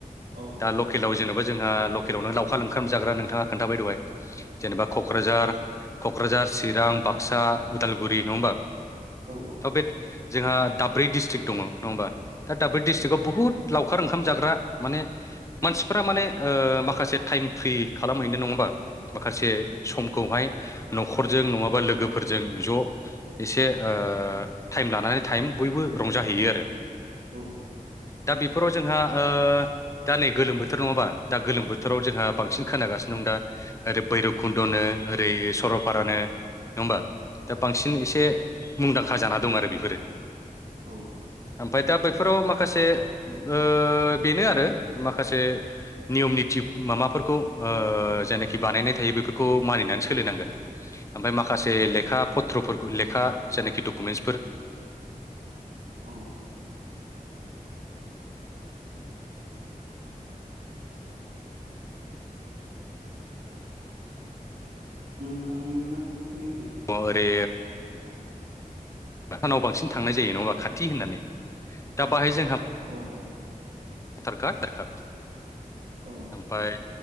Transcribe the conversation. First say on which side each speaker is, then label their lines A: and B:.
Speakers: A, on the right; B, on the left.
A: औ
B: दा लकेलाव जेन'बा जोंहा लकेलावनो लावखार ओंखाम जाग्रा नोंथाङा खोनथाबाय दहाय जेनेबा क'क्राझार क'क्राझार चिरां बाक्सा उदालगुरि नङा ओमबा
A: औ
B: तो बे जोंहा दाब्रै डिस्ट्रिक्ट दङ' नङा होमबा दा दाब्रै डस्ट्रिकाव बुहुत लावखार ओंखामा जाग्रा माने मानसिफ्रा माने ओ माखासे टाइम फ्रि खालामहैनो नङा ओमबा माखासे समखौहाय न'खरजों नङाबा लोगोफोरजों ज' इसे ओ थाइम लानानै थाइम बयबो रंजाहैयो आरो
A: औ
B: दा बेफोराव जोंहा ओ दा नै गोलोम बोथोर नङा ओमबा दा गोलोम बोथोराव जोंहा बांसिन खोनागासिनो दं दा ओरै बैरबकुन्द'नो ओरै सरलपारानो ओमबा दा बांसिन इसे मुंदांखा जाना दं आरो बिफोरो
A: औ
B: ओमफाय दा बै फोराव माखासे ओ बेनो आरो माखासे नियम निति माबाफो फोरखौ ओ जेनोखि बानायनाय थायो बेफोरखौ मानिनानै सोलिनांगोन ओमफाय माखासे लेखा फ थ्र फोरखौ लेखा जेनोखि डकुमेन्टसफोर
A: औ नोंथांनि माथोखौ खोनायाखै
B: अ ओरे
A: औ
B: नाव बांसिन थांनाय जायो
A: औ
B: नङाबा
A: औ
B: खाथि होननानै दा बाहाय जोंहा
A: औ औ
B: थारका थारका
A: औ
B: ओमपाय